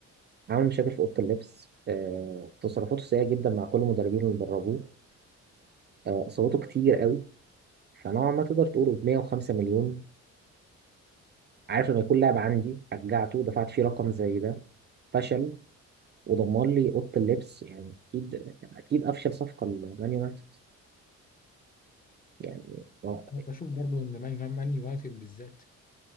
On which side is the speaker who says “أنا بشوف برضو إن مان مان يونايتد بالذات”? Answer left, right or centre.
Left